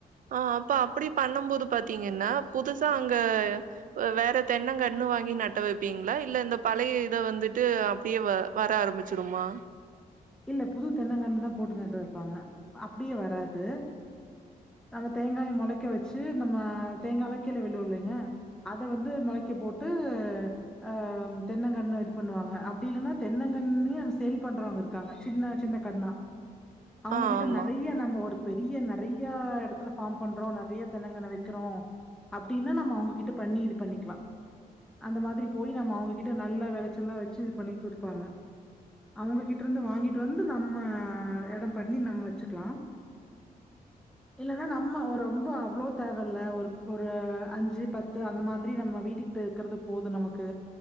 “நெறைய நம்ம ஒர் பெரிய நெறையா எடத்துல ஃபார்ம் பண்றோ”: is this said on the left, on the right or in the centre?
Centre